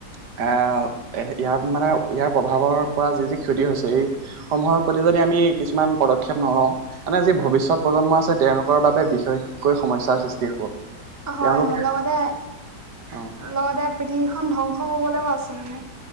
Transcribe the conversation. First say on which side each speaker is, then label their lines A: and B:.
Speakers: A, on the right; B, on the right.
A: এ, ইয়াৰ মানে ইয়াৰ প্ৰভাৱৰ পৰা যি যি ক্ষতি হৈছে এই সমূহৰ প্ৰতি যদি আমি কিছুমান প্ৰদ ক্ষেপ নলও মানে যি ভৱিষ্যত প্ৰজন্ম আছে তেওঁলোকৰ বাবে বিশেষকৈ সমস্যয়াৰ সৃষ্টি হ'ব।
B: হয়
A: তেওঁলোকে
B: হয়, লগতে
A: অ',
B: লগতে পৃথিৱীখন ধ্বংস হ'বলৈ আছে মানে।